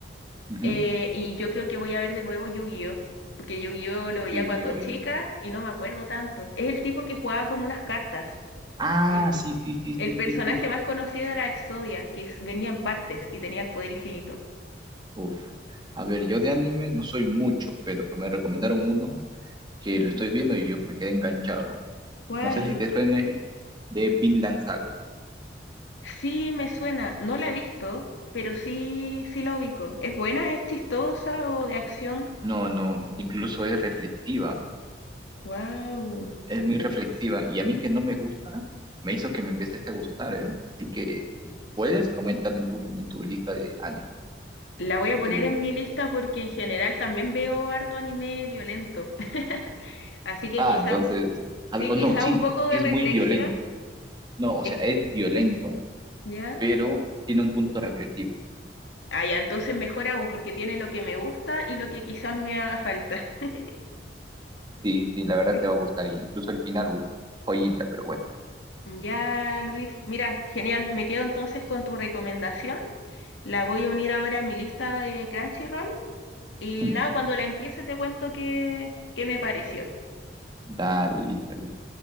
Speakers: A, on the right; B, on the left.
A: Ujú.
B: eh, y yo creo que voy a ver de nuevo Yu-Gi-Oh! Porque Yu-Gi-Oh! lo veía
A: Yu-Gi-Oh!
B: cuando chica
A: Yu-
B: y no me acuerdo tanto. Es el tipo que jugaba con unas cartas.
A: Ah,
B: El,
A: sí, sí, sí,
B: el
A: sí,
B: personaje
A: sí, sí.
B: más conocido era Exodia, que es- venía en partes y tenía el poder infinito.
A: Uf. A ver, yo de anime no soy mucho, pero me recomendaron uno que
B: Ujú.
A: lo estoy viendo y uf, me quedé enganchado.
B: ¿Cuál?
A: No sé si te suene de Vinland Saga.
B: Sí, me suena. No la he visto, pero sí, sí la ubico. ¿Es buena? ¿Es chistosa o de acción?
A: No, no, incluso es reflexiva,
B: Wow.
A: es muy reflexiva y a mí que no me gusta, me hizo que me empieces a gustar, ¿eh? Así que si puedes aumentar en tu, en tu lista de anime.
B: La voy a poner
A: Que uf.
B: en mi lista porque en general también veo harto anime violento. <laughs> Así que
A: Ah,
B: quizá,
A: entonces,
B: Mm.
A: a
B: sí,
A: ver, o
B: quizá
A: no, sí,
B: un poco de
A: sí es
B: reflexión.
A: muy violento. No, o
B: es
A: sea,
B: que-
A: es violento,
B: ¿ya?
A: pero tiene un punto reflexivo.
B: Ah, ya, entonces mejor aún porque tiene lo que me gusta y lo que quizás me haga falta. <laughs>
A: Sí, sí, la verdad
B: Sí.
A: te va a gustar. Incluso el final, uf, joyita, pero bueno.
B: Ya, Luis. Mira, genial. Me quedo entonces con tu recomendación. La voy a unir ahora a mi lista de Crunchyroll. Y
A: <laughs>
B: nada, cuando la empiece te cuento qué, qué me pareció.
A: Dale, listo, listo.